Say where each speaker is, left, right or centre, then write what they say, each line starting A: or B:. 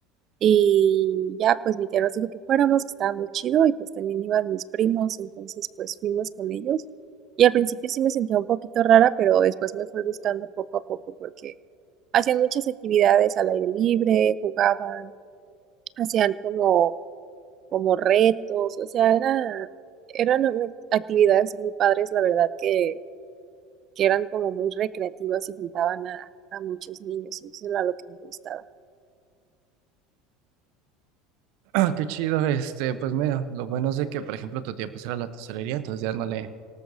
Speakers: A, on the right (about 45°); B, on the right (about 65°).
A: Y ya pues mi tía nos dijo que fuéramos, que estaba muy chido y pues también iban mis primos, entonces pues fuimos con ellos. Y al principio sí me sentía un poquito rara, pero después me fue gustando poco a poco porque hacían muchas actividades al aire libre, jugaban, hacían como como retos, o sea, era, eran una- actividades muy padres, la verdad, que, que eran como muy recreativas y juntaban a, a muchos niños, y eso era lo que me gustaba.
B: qué chido, este, pues mira, lo bueno es de que, por ejemplo, tu tía pues era la tesorería, entonces ya no le,